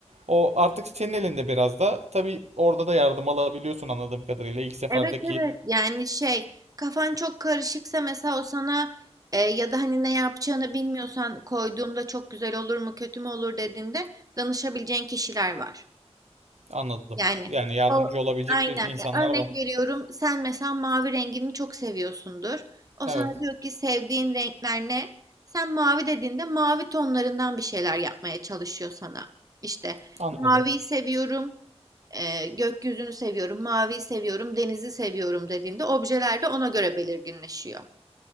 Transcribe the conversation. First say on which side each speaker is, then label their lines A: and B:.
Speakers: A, on the right; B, on the right.
A: O artık senin elinde biraz da. Tabii orada da yardım alabiliyorsun anladığım kadarıyla. İlk seferdeki
B: Evet evet yani şey kafan çok karışıksa mesela o sana e, ya da hani ne yapacağını bilmiyorsan koyduğumda çok güzel olur mu kötü mü olur dediğinde danışabileceğin kişiler var.
A: Anladım.
B: Yani
A: Yani yardımcı
B: o
A: olabilecek
B: aynen
A: bir insanlar
B: ya örnek
A: var.
B: veriyorum sen mesela mavi rengini çok seviyorsundur. O
A: Evet.
B: sana diyor ki sevdiğin renkler ne? Sen mavi dediğinde mavi tonlarından bir şeyler yapmaya çalışıyor sana. İşte
A: Anladım.
B: maviyi seviyorum e, gökyüzünü seviyorum, maviyi seviyorum, denizi seviyorum dediğinde objeler de ona göre belirginleşiyor.